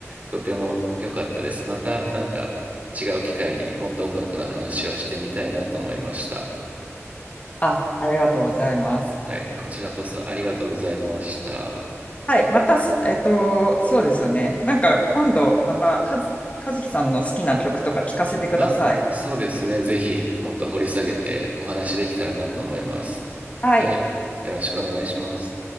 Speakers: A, on the right; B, on the left.
A: とても良かったです。またなんか違う機会にもっと音楽の話をしてみたいなと思いました。
B: あ、ありがとうございます。
A: はい、こちらこそありがとうございました。
B: はい、またす、えっと、そうですよね。なんか今度また、かず、かずきさんの好きな曲とか聞かせてください。
A: あ、そうですね。ぜひもっと掘り下げてお話できたらなと思います。
B: はい。
A: はい、よろしくお願いします。